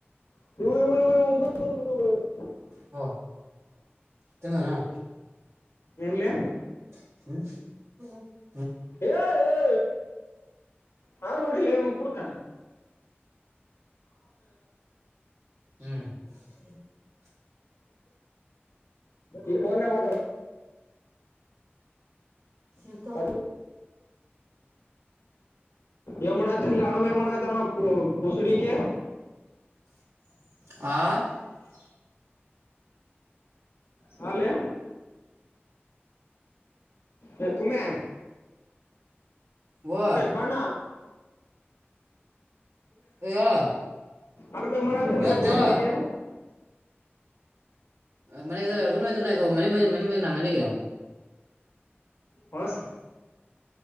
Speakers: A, on the left; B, on the right.
A: <unintelligible> ಇಗ ಬರಬ
B: ಹ ತಿನ್ನದಾನ
A: ಏನ್ಲೆಯ
B: ಹ್ಮ
A: ಏ ಏ ಹಾರ್ನ್ ನೋಡಿಲೇ ಅವ ಕುಡುಕ
B: ಹ್ಮ್ <unintelligible>
A: ಈಫೋನ್ ಮಾತಾಡ
B: ಇತ
A: ಮಾತಾಡ ಎ ಮಾಡಡ ತ ಆಡಮೆ ಮಾಡಡಾಯ ತ ಪಸರಿ ಕೆ
B: ಆ
A: ಹಾಲೇ ಹಕ್ಕುಮೆ
B: ಓ
A: ಕಣ
B: ಏ ಹೇಳ
A: ಅಡುವೆ ಮಾಡ
B: ಕೇಳ್ತ
A: ಹಸೂರಿಗೆ
B: ಹೇಳ ಮ ರೂಮ್ ಮ ಮ ಮನೆ ಮಂದಿ ನಮ್ಮ ಮನೆಗೆ
A: ಹಳ ಸ